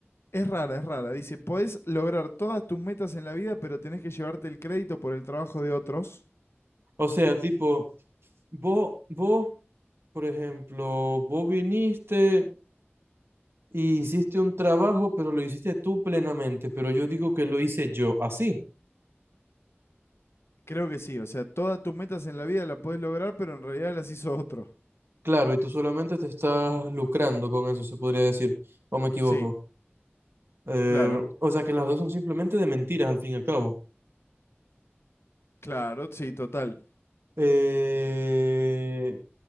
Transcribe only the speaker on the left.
es rara, es rara. Dice, podés lograr todas tus metas en la vida, pero tenés que llevarte el crédito por el trabajo de otros.
Creo que sí, o sea, todas tus metas en la vida las podés lograr, pero en realidad las hizo otro.
Sí,
claro,
claro, sí, total.